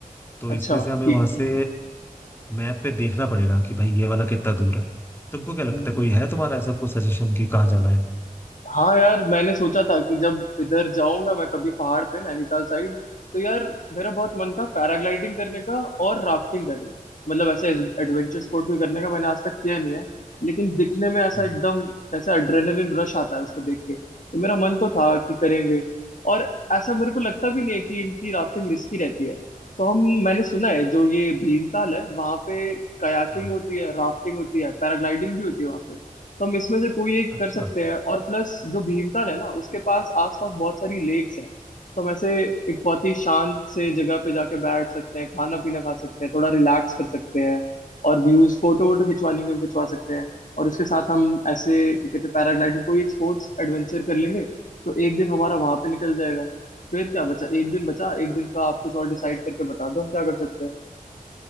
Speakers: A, on the left; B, on the left.
A: तो
B: अच्छा
A: इसमें से हमें
B: ठीक
A: वहां
B: है
A: से
B: ठीक है
A: मैप पे देखना पड़ेगा कि भाई ये वाला कितना दूर है तुमको क्या
B: हम्म,
A: लगता है कोई
B: हम्म।
A: है तुम्हारा ऐसा कोई सजेशन कि कहाँ जाना है
B: हाँ यार मैंने सोचा था कि जब इधर जाऊंगा मैं कभी पहाड़ पे नैनीताल साइड तो यार मेरा बहुत मन था पैराग्लाइडिंग करने का और राफ्टिंग करने का मतलब ऐसे एडवेंचर स्पोर्ट कोई करने का मैंने आज तक किया नहीं है लेकिन दिखने में ऐसा
A: हाँ
B: एकदम ऐसा एड्रेनलिन रश आता है उसको देख के तो मेरा मन तो था कि करेंगे और ऐसा मेरे को लगता भी नहीं है कि इनकी राफ्टिंग रिस्की रहती है तो हम मैंने सुना है जो ये भीमताल है वहां पे कयाकिंग
A: हाँ
B: होती है राफ्टिंग होती है पैराग्लाइडिंग भी होती है वहां पे तो हम इसमें से कोई एक कर
A: अच्छा
B: सकते हैं और प्लस जो भीमताल है ना उसके पास आसपास बहुत सारी लेक्स हैं तो हम ऐसे एक बहुत ही शांत से जगह पे जाके बैठ सकते हैं खाना पीना खा सकते हैं थोड़ा रिलैक्स कर सकते हैं और व्यूज फोटो वोटो खिंचवाने के हम खिंचवा सकते हैं और उसके साथ हम ऐसे क्या कहते हैं पैराग्लाइडिंग कोई एक स्पोर्ट्स एडवेंचर कर लेंगे तो एक दिन हमारा वहां पे निकल जाएगा फिर क्या बचा एक दिन बचा एक दिन का आप कुछ और डिसाइड करके बता दो हम क्या कर सकते हैं